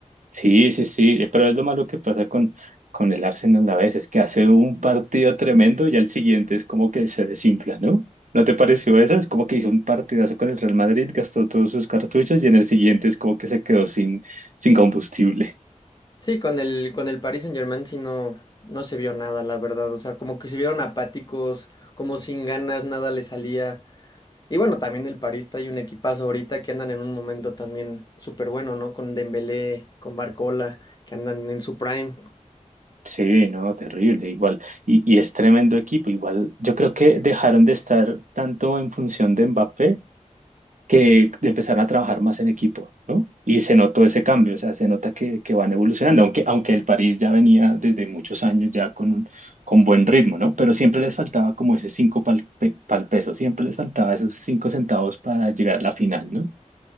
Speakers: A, on the right (about 75°); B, on the left (about 30°).
A: Sí, sí, sí, eh, pero es lo malo que pasa con, con el Arsenal a veces, que hace un partido tremendo y al siguiente es como que se desinfla, ¿no? ¿No te pareció eso? Es como que hizo un partidazo con el Real Madrid, gastó todos sus cartuchos y en el siguiente es como que se quedó sin, sin combustible.
B: Sí, con el, con el Paris Saint-Germain sí no, no se vio nada, la verdad. O sea, como que se vieron apáticos, como sin ganas, nada le salía. Y bueno, también el París trae un equipazo ahorita que andan en un momento también súper bueno, ¿no? Con Dembélé, con Barcola, que andan en su prime.
A: Sí, no, terrible, igual. Y, y es tremendo equipo, igual. Yo creo que dejaron de estar tanto en función de Mbappé que empezaron a trabajar más en equipo, ¿no? Y se notó ese cambio, o sea, se nota que, que van evolucionando, aunque, aunque el París ya venía desde muchos años ya con, un- con buen ritmo, ¿no? Pero siempre les faltaba como ese cinco pal, pe- pal peso, siempre les faltaba esos cinco centavos para llegar a la final, ¿no?